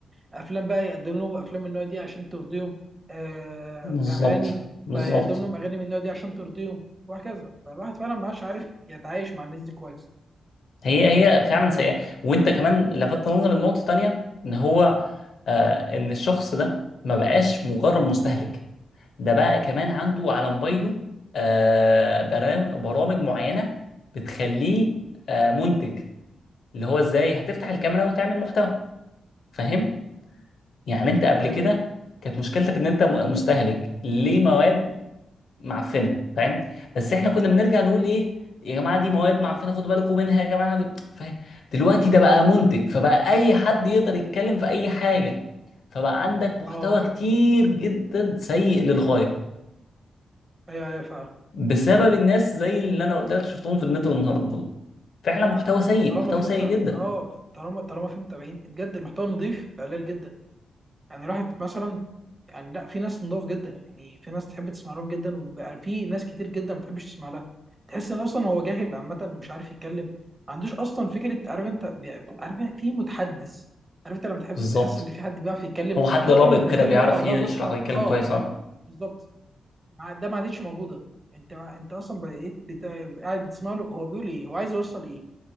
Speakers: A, on the right; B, on the left.
A: الافلام بقى يقدم لهم افلام من النوع دي عشان ترضيهم آه،
B: بالظبط
A: اغاني
B: بالظبط
A: فيقدم لهم اغاني من النوع دي عشان ترضيهم وهكذا فالواحد فعلا ما عادش عارف يتعايش مع الناس دي كويس
B: هي هي فعلا سيئه وانت كمان لفتت نظري لنقطه تانيه ان هو آه ان الشخص ده ما بقاش مجرد مستهلك ده بقى كمان عنده على موبايله آه، برام- برامج معينة بتخليه آه، منتج اللي هو ازاي هتفتح الكاميرا وتعمل محتوى فاهم يعني انت قبل
A: آه،
B: كده كانت مشكلتك ان انت م- مستهلك ليه مواد معفنة فاهم بس احنا كنا بنرجع نقول ايه يا جماعة دي مواد معفنة خدوا بالكم منها يا جماعة دي- فاهم دلوقتي ده بقى منتج فبقى اي حد يقدر يتكلم في اي حاجة فبقى عندك محتوى
A: اه
B: كتير جدا سيء للغاية
A: ايوه ايوه فعلا
B: بسبب
A: ده حقيقي
B: الناس زي اللي انا قلت لك شفتهم في النت والنهارده دول فعلا محتوى سيء
A: طالما
B: محتوى
A: في
B: سيء
A: متابع
B: جدا
A: اه طالما طالما في متابعين بجد المحتوى نضيف بقى قليل جدا يعني الواحد مثلا يعني لا في ناس نضاف جدا يعني في ناس تحب تسمع لهم جدا وبقى في ناس كتير جدا ما بتحبش تسمع لها تحس ان اصلا هو جاهل عامه مش عارف يتكلم ما عندوش اصلا فكره عارف انت بي- عارف في متحدث عارف انت لما تحب
B: بالظبط
A: تحس ان في حد بيعرف يتكلم
B: هو حد
A: حتى
B: لابق
A: لو مش بيتكلم
B: كده بيعرف
A: لغه عربيه
B: يشرح
A: فصحى
B: ويتكلم
A: اه
B: كويس اه
A: بالظبط مع- ده ما عادتش موجوده انت انت اصلا بقيت بتا- قاعد بتسمع له هو بيقول ايه هو عايز يوصل ايه